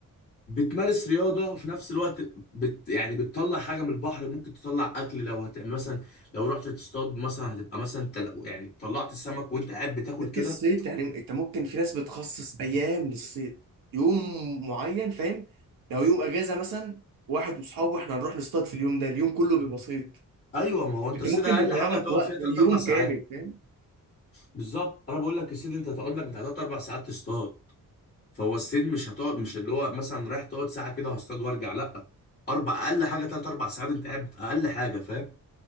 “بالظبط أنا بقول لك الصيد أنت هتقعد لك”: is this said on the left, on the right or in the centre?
Left